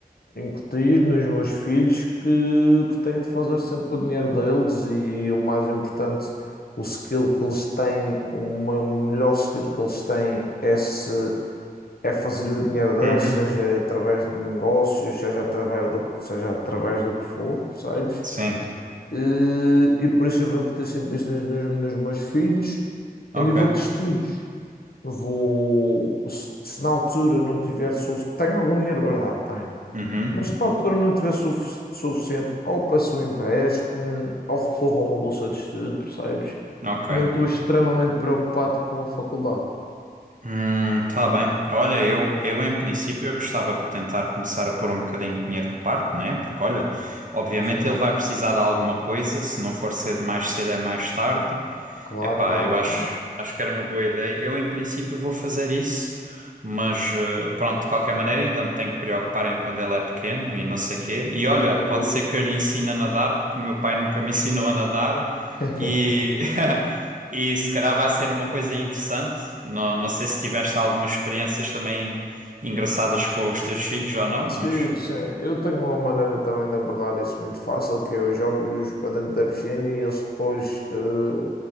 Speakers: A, on the left; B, on the right.
A: incutir nos meus filhos que, que têm de fazer sempre o dinheiro deles e o mais importante, o skill que eles têm, uma- o melhor skill que eles têm é, se, é fazer o dinheiro deles,
B: Uhum,
A: seja através de negócios, seja através do, seja através do que for, percebes?
B: sim,
A: E, e por isso eu vou incutir sempre isso nos, nos, nos meus filhos.
B: ok.
A: A nível de estudos, vou, se, se na altura não tiver, solu- tenho algum dinheiro guardado, tenho.
B: Uhum,
A: Mas na altura não tivesse suf- suficiente, ou peço um empréstimo, ou recorro a uma bolsa de estudo, percebes?
B: ok.
A: Não estou extremamente preocupado com a faculdade.
B: Hum, tá bem. Olha, eu, eu em princípio eu gostava de tentar começar a pôr um bocadinho de dinheiro de parte, né? Porque olha, obviamente
A: Sim.
B: ele vai precisar de alguma coisa, se não for cedo, mais cedo é mais tarde.
A: Claro,
B: Epá,
A: claro,
B: eu acho,
A: claro.
B: acho que era uma boa ideia. Eu, em princípio, vou fazer isso, mas eh, pronto, de qualquer maneira, ainda me tenho que preocupar em quando ele é pequeno e não sei quê. E olha,
A: É
B: pode
A: isso.
B: ser que eu lhe ensine a nadar, porque o meu pai nunca me <laughs> ensinou a nadar
A: <laughs>
B: e, <laughs> e se calhar vai ser uma coisa interessante. Não, não sei se tiveste algumas experiências também engraçadas com os teus filhos ou não,
A: Sim,
B: mas.
A: sim. Eu tenho uma maneira também de abordar isso muito fácil, que eu jogo-os para dentro da piscina e eles depois eh,